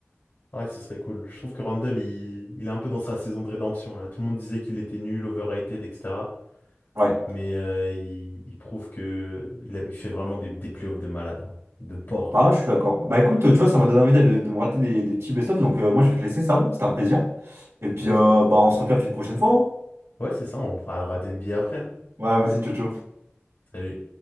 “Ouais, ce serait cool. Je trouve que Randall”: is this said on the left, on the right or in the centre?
Left